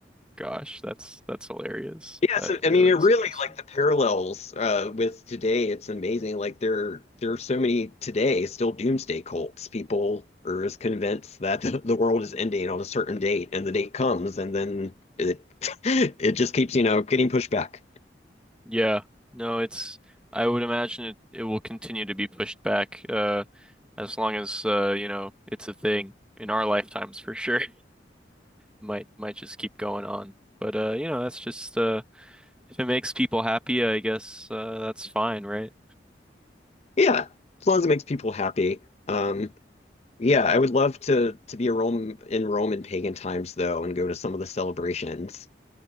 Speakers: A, in the centre; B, on the left (about 35°).
A: Gosh, that's that's hilarious.
B: Yeah,
A: That
B: so
A: really
B: I mean it really
A: is interesting.
B: like the parallels uh, with today. It's amazing. Like there there are so many today still doomsday cults. People are as convinced that <laughs> the, the world is ending on a certain date, and the date comes, and then it <laughs> it just keeps you know getting pushed back.
A: Yeah. No, it's I would imagine it, it will continue to be pushed back uh as long as uh you know it's a thing in our lifetimes for sure. might might just keep going on. But uh, you know, that's just uh if it makes people happy, I guess uh that's fine, right?
B: Yeah, as long as it makes people happy. Um, Yeah, I would love to to be a Rome in Rome in pagan times though and go to some of the celebrations.